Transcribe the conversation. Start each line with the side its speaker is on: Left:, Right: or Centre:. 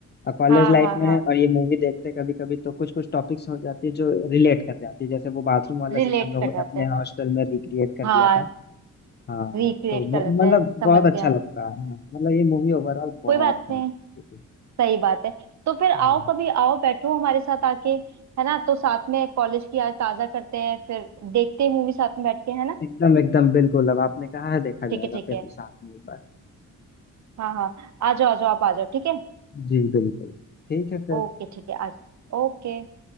Left: और कॉलेज
Right: हाँ
Left: लाइफ
Right: हाँ
Left: में
Right: हाँ
Left: है और
Right: हाँ
Left: ये मूवी देखते कभी कभी तो कुछ कुछ टॉपिक्स हो जाती है जो रिलेट कर जाती है जैसे वो बाथरूम वाला
Right: रिलेट
Left: सीन हम लोगों
Right: कर
Left: ने
Right: जाते
Left: अपने
Right: हैं
Left: हॉस्टल में रिक्रिएट कर
Right: हाँ
Left: दिया था हाँ
Right: रिक्रिएट
Left: तो ब-
Right: कर देते
Left: मतलब
Right: हैं
Left: बहुत
Right: समझ
Left: अच्छा
Right: गया
Left: लगता है हाँ, मतलब ये मूवी ओवरऑल बहुत
Right: कोई बात
Left: fantastic
Right: नहीं
Left: है।
Right: सही बात है तो फिर आओ
Left: हाँ
Right: कभी आओ बैठो हमारे साथ आके है ना तो साथ में कॉलेज की याद ताजा करते हैं फिर देखते हैं मूवी साथ में बैठ के है ना
Left: एकदम एकदम बिल्कुल अब आपने कहा है देखा जाएगा
Right: ठीक है ठीक
Left: फिर
Right: है
Left: साथ में एक बार
Right: हाँ हाँ आ जाओ आ जाओ आप आ जाओ ठीक है
Left: जी बिल्कुल ठीक है फिर
Right: ओके ठीक है आ जाओ ओके